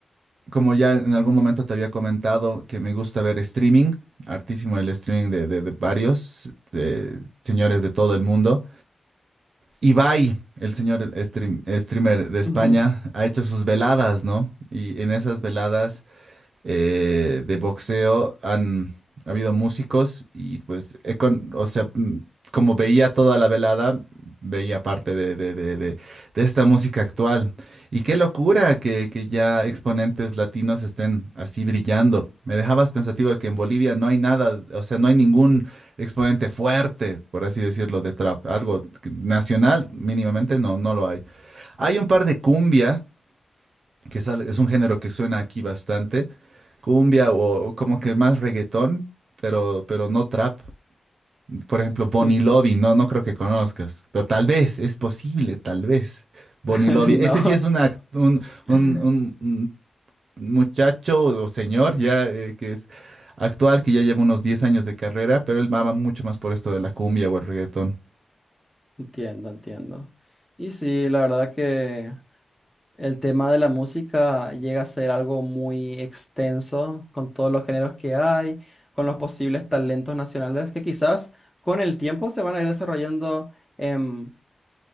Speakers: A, on the right; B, in the centre.
A: como ya en algún momento te había comentado, que me gusta ver streaming, hartísimo el streaming de, de, de varios de señores de todo el mundo. Ibai, el señor stream- streamer de España,
B: Ujú,
A: ha hecho sus veladas, ¿no? Y en esas veladas... eh, de boxeo han habido músicos y pues, he con- o sea, mm, como veía toda la velada, veía parte de, de- de- de- de esta música actual. Y qué locura que, que ya exponentes latinos estén así brillando. Me dejabas pensativo de que en Bolivia no hay nada, o sea, no hay ningún exponente fuerte, por así decirlo, de trap. Algo que- nacional, mínimamente, no, no lo hay. Hay un par de cumbia, que sale- es un género que suena aquí bastante cumbia o como que más reggaetón, pero, pero no trap. Por ejemplo, Bonnie
B: Sí.
A: Lobby, no, no creo que conozcas, pero tal vez, es posible, tal vez. Bonnie
B: <laughs>
A: Lobby,
B: No.
A: este sí es una, act- un,
B: <laughs>
A: un- un- un muchacho o señor ya eh, que es actual, que ya lleva unos 10 años de carrera, pero él va mucho más por esto de la cumbia o el reggaetón.
B: Entiendo, entiendo. Y sí, la verdad que El tema de la música llega a ser algo muy extenso con todos los géneros que hay, con los posibles talentos nacionales que quizás con el tiempo se van a ir desarrollando en